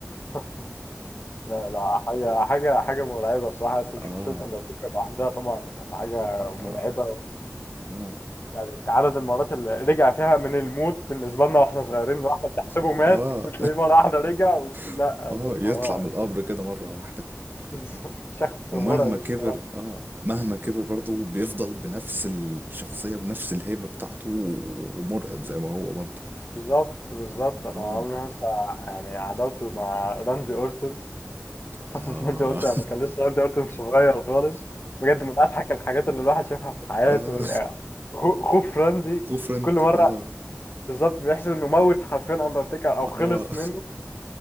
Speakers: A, on the left; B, on the right.
A: <laughs> لا لا حاجة حاجة حاجة مرعبة الصراحة أصلا
B: اه
A: شخصية أندرتيكر لوحدها طبعا كانت حاجة
B: اه
A: مرعبة
B: اه
A: يعني عدد المرات اللي رجع فيها من الموت بالنسبة لنا وإحنا صغيرين الواحد تحسبه مات
B: اه
A: وتلاقيه مرة واحدة رجع ومش
B: <laughs>
A: لا
B: اه
A: بجد
B: يطلع
A: هو
B: من القبر كده مرة واحدة
A: <laughs>
B: اه
A: شخص
B: ومهما
A: مرعب
B: كبر
A: الصراحة
B: اه مهما كبر برضه بيفضل بنفس الشخصية ونفس الهيبة بتاعته ومرعب زي ما هو برضه
A: بالظبط بالظبط أنا
B: اه
A: عمري ما هنسى يعني عداوته مع راندي أورتون فترة
B: اه
A: <laughs> راندي أورتون لما كان لسه راندي أورتون صغير خالص بجد من أضحك الحاجات اللي الواحد شافها في
B: <laughs>
A: حياته
B: اه
A: يعني خو- خوف راندي
B: خوف رند
A: في كل مرة
B: اه
A: بالظبط بيحسب انه موت حرفيا اندرتيكر او
B: اه
A: خلص منه